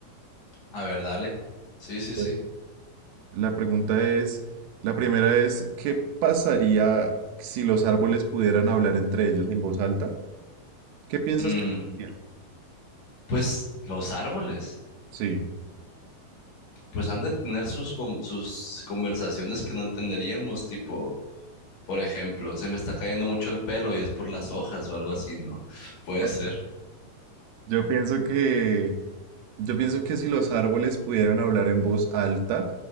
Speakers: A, on the left (about 50°); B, on the right (about 85°).
A: A ver, dale. Sí, sí,
B: Bueno.
A: sí.
B: La pregunta es, la primera es, ¿qué pasaría si los árboles pudieran hablar entre ellos en voz alta? ¿Qué piensas
A: Mm,
B: que... pasaría?
A: pues los árboles,
B: Sí.
A: pues han de tener sus, con- sus conversaciones que no entenderíamos, tipo, por ejemplo, se me está cayendo mucho el pelo y es por las hojas o algo así, ¿no? Puede
B: Ah.
A: ser.
B: Yo pienso que... Yo pienso que si los árboles pudieran hablar en voz alta